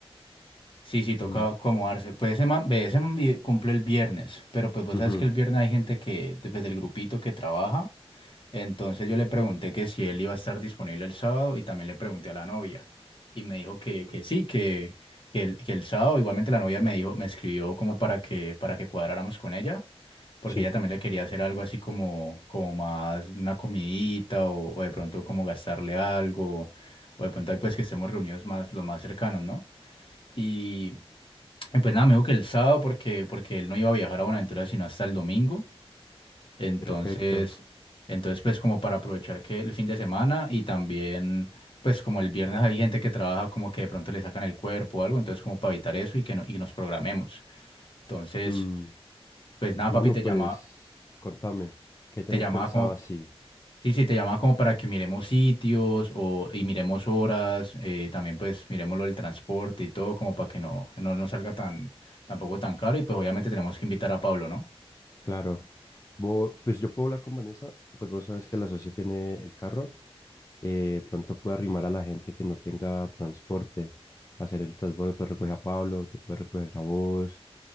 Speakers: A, on the left; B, on the left.
A: Sí, sí, toca
B: Mm,
A: acomodarse. Pues ese man, ve, ese man vi- cumple el viernes, pero pues vos
B: ujú,
A: sabes que el viernes hay gente que, desde el grupito que trabaja, entonces yo le pregunté que si él iba a estar disponible el sábado y también le pregunté a la novia y me dijo que, que sí, que, que, el, que el sábado, igualmente la novia me dijo, me escribió como para que, para que cuadráramos con ella, porque
B: Sí,
A: ella también le quería hacer algo así como, como más una comidita o, o de pronto como gastarle algo, o de pronto ahí pues que estemos reunidos más, los más cercanos, ¿no? y eh, Pues nada, me dijo que el sábado porque, porque él no iba a viajar a Buenaventura sino hasta el domingo. Entonces,
B: perfecto.
A: entonces pues como para aprovechar que el fin de semana y también pues como el viernes hay gente que trabaja como que de pronto le sacan el cuerpo o algo, entonces como para evitar eso y que no, y nos programemos. Entonces,
B: Mm,
A: pues nada,
B: Mano,
A: papi, te
B: pues,
A: llama,
B: contame, ¿qué tenés
A: te llamaba
B: pensado
A: como,
B: así?
A: sí, sí, te llamaba como para que miremos sitios o, y miremos horas, eh, también pues miremos lo del transporte y todo, como para que no, no nos salga tan, tampoco tan caro, y pues obviamente tenemos que invitar a Pablo, ¿no?
B: Claro. Vos, pues yo puedo hablar con Vanessa, pues vos sabes que la socia tiene el carro. eh, pronto puede arrimar a la gente que no tenga transporte, hacer el transbordo, pues recoger a Pablo, te puede recoger a vos.